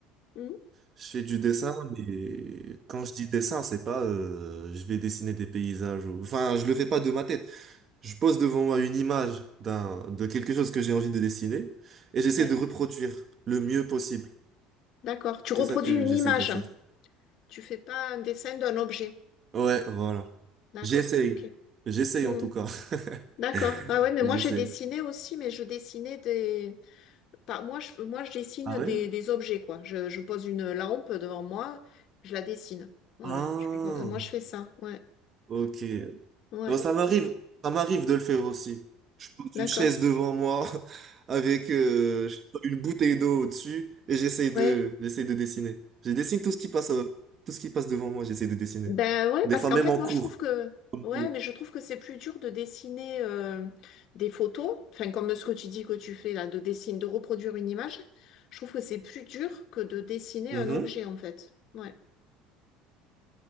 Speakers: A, on the left; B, on the right.
A: Mm.
B: Je fais du dessin, mais quand je dis dessin, c'est pas euh, je vais dessiner des paysages. ou- Enfin, je le fais pas de ma tête. Je pose devant moi une image d'un de quelque chose que j'ai envie de dessiner et j'essaie
A: Ouais.
B: de reproduire le mieux possible.
A: D'accord. Tu reproduis
B: C'est ça que
A: une
B: j'essaie
A: image.
B: de faire.
A: hein. Tu fais pas un dessin d'un objet.
B: Ouais, voilà.
A: D'accord.
B: J'essaye.
A: Ok.
B: J'essaye
A: Hmm.
B: en tout cas.
A: D'accord.
B: <laughs>
A: Ah ouais, mais
B: J'essaye.
A: moi j'ai dessiné aussi, mais je dessinais des. Pas, moi, je, moi, je dessine
B: Ah
A: des,
B: ouais?
A: des objets, quoi. Je, je pose une lampe devant moi, je la dessine. Voilà.
B: Ah,
A: Je fais comme- Moi, je fais ça. Ouais.
B: ok.
A: Ouais.
B: Non, ça m'arrive, ça m'arrive de le faire aussi. Je pose
A: D'accord.
B: une chaise devant moi <laughs> avec euh, je sais pas, une bouteille d'eau au-dessus et j'essaye de,
A: Ouais.
B: j'essaye de dessiner. Je dessine tout ce qui passe, euh, tout ce qui passe devant moi, j'essaye de dessiner.
A: Ben ouais,
B: Des
A: parce
B: fois
A: qu'en
B: même
A: fait,
B: en
A: moi,
B: cours.
A: je trouve que...
B: Ok.
A: Ouais, mais je trouve que c'est plus dur de dessiner euh, des photos, enfin, comme ce que tu dis que tu fais là, de dessiner, de reproduire une image. Je trouve que c'est plus dur que de dessiner
B: Mhm.
A: un objet, en fait. Ouais.